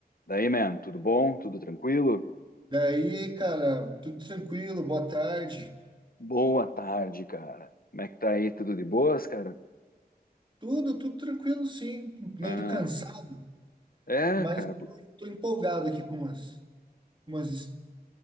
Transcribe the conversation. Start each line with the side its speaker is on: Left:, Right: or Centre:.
Left: Daí, man, tudo bom? Tudo tranquilo?
Right: Daí, cara, tudo tranquilo, boa tarde.
Left: Boa tarde, cara. Como é que tá aí? Tudo de boas, cara?
Right: Tudo, tudo tranquilo, sim. Meio
Left: Ah,
Right: cansado,
Left: é,
Right: mas
Left: cara. pô,
Right: tô, tô empolgado aqui com umas, umas, his-